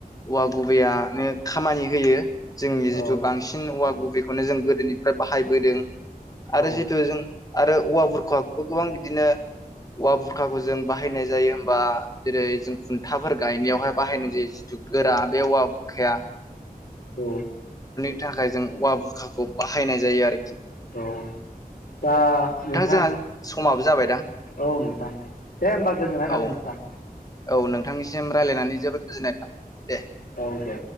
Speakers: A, on the left (about 25°); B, on the left (about 70°).
A: औवा गुबैयानो खामानि होयो। जोंनि
B: औ
A: जिथु बांसिन औवा बे बेखौनो जों गोदोनि ओमफ्राय बाहायबोदों।
B: औ
A: आरो जितु जों आरो औवा बुरखाखौबो गोबां बिदिनो औवा बुरखाखौ जों बाहायनाय जायो हबा जेरै जों खुन्थाफोर गायनायावहाय बाहायनाय जायो जिथु गोरा बे औवा बुरखाया
B: औ।
A: नि थाखाय जों औवा बुखाखौ बाहायनाय जायो आरोखि।
B: औ दा नोंथां
A: जोंहा समाबो जाबायदां
B: औ नोंथां दे होमबा गोजोननाय
A: औ
B: थाबाय नोंथां।
A: औ नोंथांनिसिम रायज्लायनानै जोबोद जुजिनाय थाबाय दे।
B: औ दे।